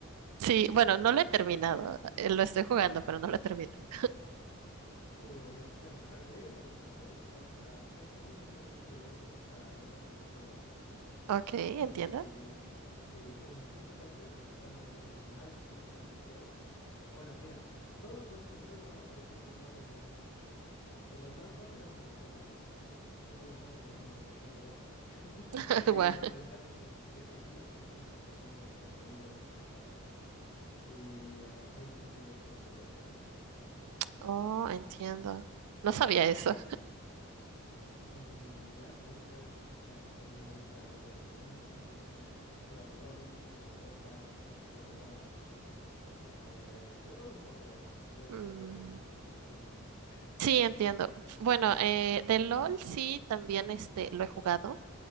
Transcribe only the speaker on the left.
Uh, ya, Bueno, cuando llegues a los panteones vas a... Es, es enfrentamiento directo contra los bosses del juego.
Y
sí, en el quinto panteón están los bosses más difíciles del juego. Ah, bueno, mira, todos los bosses del juego van apareciendo en orden de dificultad. De los más fáciles hasta los más difíciles. Entonces son como cincuenta y pico bosses. <laughs>
Y
te salen de, de seguido y tienes que terminar de seguido de matarlos. Y ah, ahí consigues el logro de platino.
Sí, sí. Mm, ya, después, bueno, también me gusta Red Dead Redemption, eh, he jugado LOL, he jugado Dota, he jugado Valorant, eh, de todo un poco, la verdad. Yo soy
muy multifacético en eso. <laughs>